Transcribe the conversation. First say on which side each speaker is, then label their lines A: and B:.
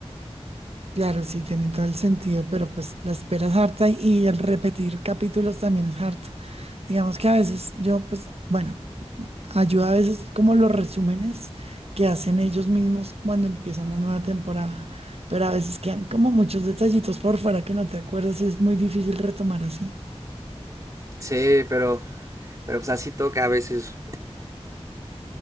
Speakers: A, on the right (about 65°); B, on the right (about 30°).
A: Claro, sí, tiene todo el sentido, pero pues la espera es harta y el repetir capítulos también es harto. Digamos que a veces yo, pues, bueno. Ayuda a veces como los resúmenes que hacen ellos mismos cuando empieza una nueva temporada, pero a veces quedan como muchos detallitos por fuera que no te acuerdas y es muy difícil retomar así.
B: Sí, pero, pero pues así toca a veces.